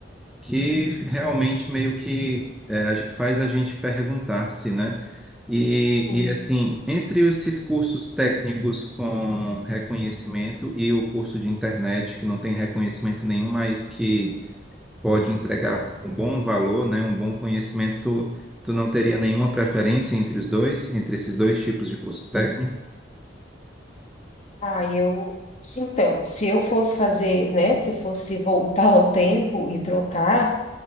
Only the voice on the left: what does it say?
sim.
Ah, eu. Então, se eu fosse fazer, né? Se eu fosse voltar ao tempo e trocar.